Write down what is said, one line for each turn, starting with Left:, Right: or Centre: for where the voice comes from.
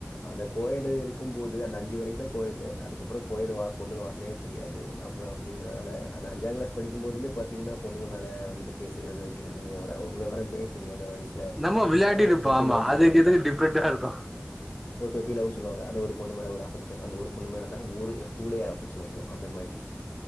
Left: அந்த கோயடு இருக்கு போது அந்த அஞ்சு வரை அந்த கோய்டு அதுக்கப்புற கோயுட் வா பொண்ணுங்க வாசனையே தெரியாது அப்புற அப்டிங்கறனால அந்த அஞ்சாம் க்ளாஸ் படிக்கும்போதுமே பாத்தீங்கன்னா பொண்ணுங்க மேல வந்துட்டு பேசுறது வைக்கறது ஒரு விவ் விவரமே புரியாதா பெப்பில
Centre: நம்ம விளையாடிருப்போம்.
Left: ஆ ஒரு பெப்பி
Centre: ஆமா.
Left: லவ். ஆ சொல்லுவாங்கல்ல
Centre: அதுக்கு இதுக்கு டிஃபரெண்ட்டா இருக்கும்.
Left: ஒரு பெப்பி லவ் சொல்லுவாங்க அந்த ஒரு பொண்ணு மேல ஒரு அஃப்க்ஷன் அந்த பொண்ணு மேலதா ஒரு கூலே ஆஃபிஸ் மய்கு அந்த மாரி